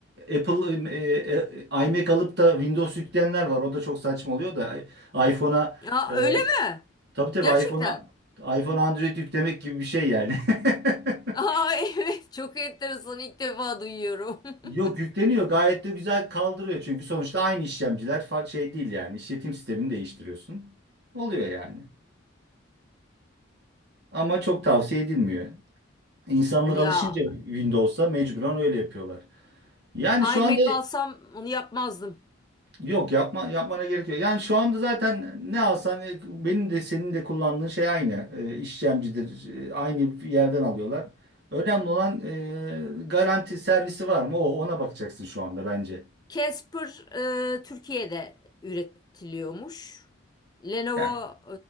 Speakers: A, on the right; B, on the left.
A: Apple e, e, e, iMac alıp da Windows yükleyenler var. O da çok saçma oluyor da i- iPhone'a
B: Ya
A: e,
B: öyle mi?
A: tabii tabii
B: Gerçekten.
A: iPhone'a iPhone Android yüklemek gibi bir şey yani. <laughs>
B: Aa <laughs> evet çok enteresan ilk defa duyuyorum.
A: Yok
B: <laughs>
A: yükleniyor gayet de güzel kaldırıyor çünkü sonuçta aynı işlemciler farklı şey değil yani işletim sistemini değiştiriyorsun. Oluyor yani. Ama çok tavsiye edilmiyor. İnsanlar alışınca
B: Ya
A: Windows'a mecburen öyle yapıyorlar. Yani
B: iMac
A: şu anda
B: alsam onu yapmazdım.
A: yok yapma yapmana gerek yok. Yani şu anda zaten ne alsan e, benim de senin de kullandığın şey aynı. E, işlemcidir. e, aynı yerden alıyorlar. Önemli olan e, garanti servisi var mı? O ona bakacaksın şu anda bence.
B: Casper e, Türkiye'de üretiliyormuş. Lenovo
A: Yani,